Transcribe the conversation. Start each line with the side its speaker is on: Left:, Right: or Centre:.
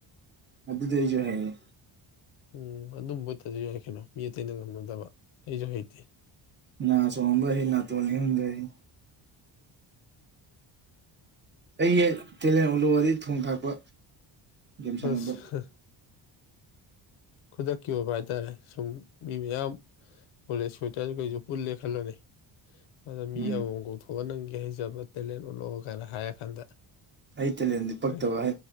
Right: ꯑꯗꯨ ꯑꯗꯨꯗꯤꯗꯁꯨ ꯍꯥꯏꯌꯦ
Left: ꯎꯝ ꯑꯗꯨꯝꯕꯠꯇꯁꯨ ꯌꯥꯏ ꯀꯩꯅꯣ ꯃꯤ ꯑꯇꯩꯅ ꯉꯝꯅꯗꯕ ꯑꯩꯁꯨ ꯍꯩꯇꯦ
Right: ꯅ ꯁꯣꯡꯕꯁꯤ ꯅ ꯇꯣꯅꯤ ꯍꯗꯁꯤ ꯑꯩ ꯍ ꯇꯦꯂꯦꯟ ꯎꯠꯂꯛ ꯑꯗꯤ ꯊꯣꯡ ꯊꯥꯛꯄ ꯒꯦꯝ
Left: ꯍꯁ
Right: ꯁꯥꯟꯅꯕ
Left: ꯈꯨꯗꯛꯀꯤ ꯑꯣꯏꯕ ꯍꯥꯏꯇꯥꯔꯦ ꯁꯨꯝ ꯃꯤ ꯃꯌꯥꯝ ꯀꯣꯂꯦꯖ ꯁ꯭ꯋꯦꯇꯔ ꯀꯩ ꯄꯨꯜꯦ ꯈꯜꯂꯨꯔꯦ ꯑꯗ ꯃꯤ
Right: ꯎꯝ
Left: ꯑꯃꯃꯝ ꯀꯧꯊꯣꯛꯑ ꯅꯪꯒꯤ ꯍꯩꯖꯕ ꯇꯦꯂꯦꯟ ꯑꯣꯠꯂꯛꯑ ꯀꯥꯏꯅ ꯍꯥꯏꯔꯀꯥꯟꯗ
Right: ꯑꯩ ꯇꯦꯂꯦꯟꯗꯨ ꯄꯛꯇꯕ
Left: ꯀꯔꯤ